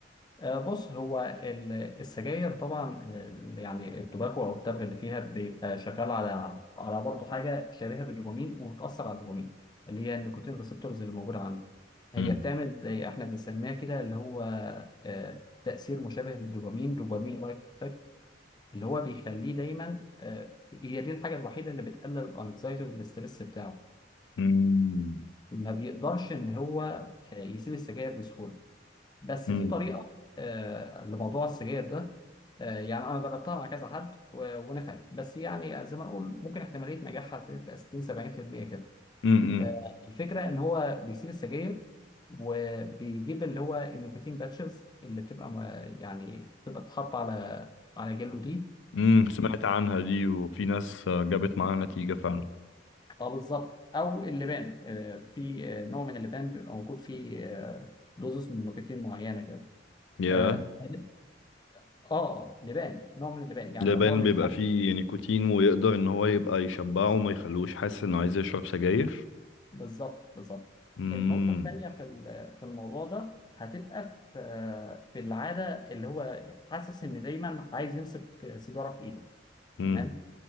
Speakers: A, on the left (about 20°); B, on the left (about 80°).
A: آه، بص هو ال- السجاير طبعا ال- يعني التوباكو أو التبغ اللي فيها بيبقى شغال على على برضه حاجة شبيهة بالدوبامين وبتأثر على الدوبامين اللي هي النيكوتين ريسبتورز اللي موجودة عنده هي
B: امم
A: بتعمل زي احنا بنسميها كده اللي هو آه، تأثير مشابه للدوبامين دوبامين لايك اللي هو بيخليه دايما آه، هي دي الحاجه الوحيده اللي بتقلل الانكزايتي والاسترس بتاعه
B: امم
A: فما بيقدرش ان هو آه، يسيب السجاير بسهوله بس
B: امم
A: في طريقه آه، لموضوع السجاير ده آه، يعني انا جربتها مع كذا حد و- ونفعت بس يعني زي ما نقول ممكن احتماليه نجاحها تبقى 60 70% كده
B: امم
A: آه، الفكره ان هو بيسيب السجاير وبيجيب اللي هو النيكوتين باتشز اللي بتبقى م- يعني بتبقى تتحط على على جلده دي
B: امم سمعت عنها دي وفي ناس آه، جابت معاها نتيجة فعلا
A: اه بالظبط او اللبان آه، في آه، نوع من اللبان بيبقى موجود فيه آه، دوزس من نيكوتين معينه كده
B: ياه
A: اه طيب. آه، لبان نوع من اللبان يعني
B: لبان
A: لو هو مش
B: بيبقى
A: حاجه
B: فيه نيكوتين ويقدر ان هو يبقى يشبعه وما يخلوش حاسس انه عايز يشرب سجاير
A: بالظبط بالظبط
B: امم
A: النقطه الثانيه في ال- في الموضوع ده هتبقى في آه، في العاده اللي هو حاسس ان دايما عايز يمسك سيجاره في ايده
B: امم
A: تمام